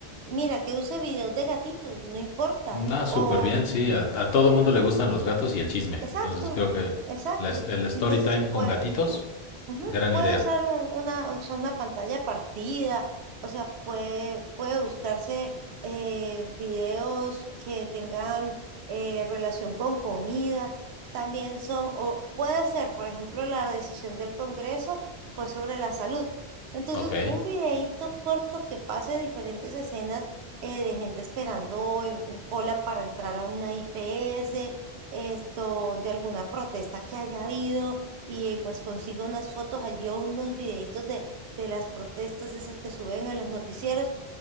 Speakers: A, on the right; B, on the left.
A: Mira, que use videos de gatitos, no importa.
B: nada, súper
A: O,
B: bien, sí. A, a todo mundo le gustan los gatos y el chisme.
A: Exacto,
B: Entonces creo que
A: exacto.
B: la- el story
A: Entonces,
B: time con
A: puede,
B: gatitos,
A: u- ujú,
B: gran
A: puede
B: idea.
A: usar un- una, o sea, una pantalla partida, o sea, puede, puede buscarse eh, videos que tengan eh, relación con comida. También son, o puede ser, por ejemplo, la decisión del Congreso fue sobre la salud. Entonces,
B: Ok.
A: un videíto corto que pase diferentes escenas eh, de gente esperando en cola para entrar a una IPS esto de alguna protesta que haya habido y pues consiga unas fotos allí o unos videitos de, de las protestas esas que suben en los noticieros.